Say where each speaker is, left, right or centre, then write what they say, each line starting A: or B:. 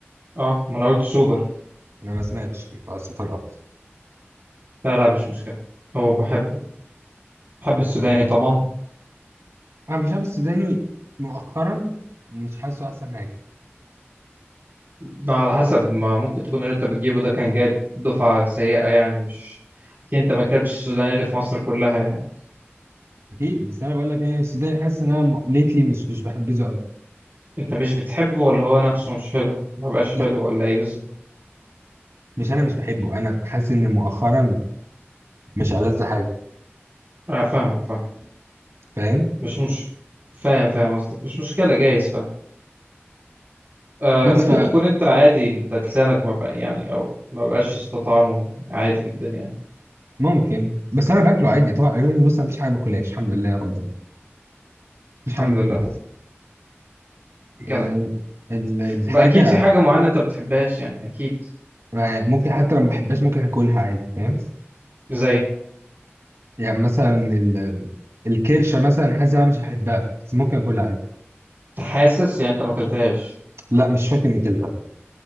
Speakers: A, on the right; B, on the right.
A: اه ما أنا قلت سوبر
B: انا ما سمعتش بس طيب اكتر
A: لا لا مش مشكلة هو بحبه بحب السوداني طبعا
B: انا مش عارف السوداني مؤخرا مش حاسه احسن حاجه
A: ده على حسب ما ممكن تكون اللي أنت بتجيبه ده كان جايب دفعة سيئة يعني مش أكيد أنت ما أكلتش السوداني اللي في مصر كلها يعني
B: اكيد بس انا بقول لك يعني السوداني حاسس ان انا م- ليتلي مش مش بحبذه قوي
A: أنت مش بتحبه ولا هو نفسه مش حلو ما بقاش
B: لا
A: حلو ولا إيه بالظبط
B: مش انا مش بحبه انا حاسس ان مؤخرا مش ألذ حاجه
A: أنا فاهمك فاهم
B: فاهم
A: مش مش فاهم فاهم قصدك مش مشكلة جايز فاهم آه
B: بس
A: ممكن تكون أنت عادي أنت لسانك ما بقى يعني أو ما بقاش استطعمه عادي جدا يعني
B: فممكن بس انا باكله عادي طبعا يعني بص مفيش حاجه باكلهاش الحمد لله يا ربنا مفيش
A: الحمد
B: حاجه ما باكلهاش
A: لله جدع
B: أه ال-
A: ف-
B: الحاجه
A: اكيد في حاجه معينه انت بتحبهاش يعني اكيد
B: آه، ممكن حتى لو ما بحبهاش ممكن اكلها عادي فاهم
A: زي انت
B: يعني مثلا ال... الكرشه مثلا حاسس إن انا مش هحبها بس ممكن اكلها عادي
A: حاسس يعني انت ما اكلتهاش
B: لا مش فاكر اني كلتها